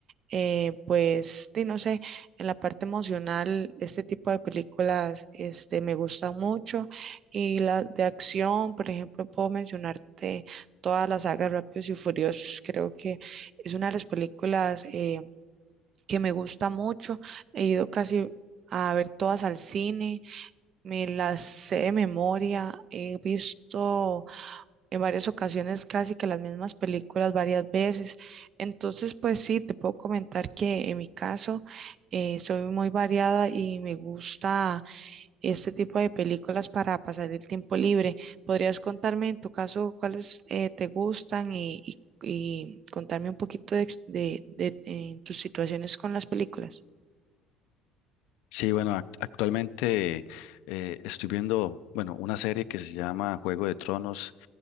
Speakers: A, on the right (about 35°); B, on the left (about 75°).
A: eh, pues, sí, no sé, en la parte emocional, este tipo de películas este, me gustan mucho y las de acción, por ejemplo, puedo mencionarte todas las sagas Rápidos y Furiosos, creo que es una de las películas... eh, que me gusta mucho. He ido casi a ver todas al cine, me las sé de memoria, he visto en varias ocasiones casi que las mismas películas varias veces. Entonces, pues sí, te puedo comentar que en mi caso eh, soy muy variada y me gusta este tipo de películas para pasar el tiempo libre. ¿Podrías contarme en tu caso cuáles eh, te gustan y, y- y contarme un poquito de, ex- de, de- en tus situaciones con las películas?
B: Sí, bueno, act- actualmente eh, estoy viendo, bueno, una serie que se llama Juego de Tronos.